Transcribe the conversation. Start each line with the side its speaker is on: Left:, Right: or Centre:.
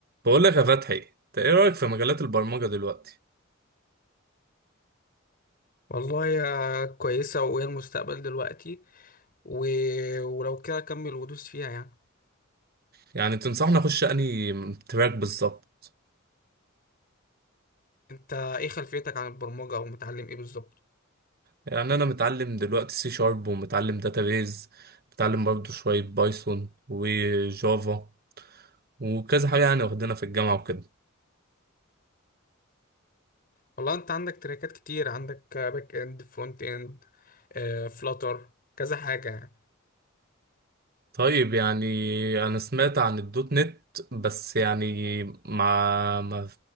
Right: بقول لك يا فتحي انت ايه رايك في مجالات البرمجه دلوقتي
Left: والله يا كويسة وهي المستقبل دلوقتي و... ولو كده كمل ودوس فيها يعني
Right: يعني تنصحني اخش انهي تراك بالظبط
Left: انت ايه خلفيتك عن البرمجة او متعلم ايه بالظبط
Right: يعني انا متعلم دلوقتي سي شارب ومتعلم داتابيز متعلم برضه شويه بايثون وجافا وكذا حاجه يعني واخدينها في الجامعه وكده
Left: والله انت عندك تراكات كتير عندك باك اند فرونت اند فلاتر كذا حاجة يعني
Right: طيب يعني انا سمعت عن الدوت نت بس يعني مع ما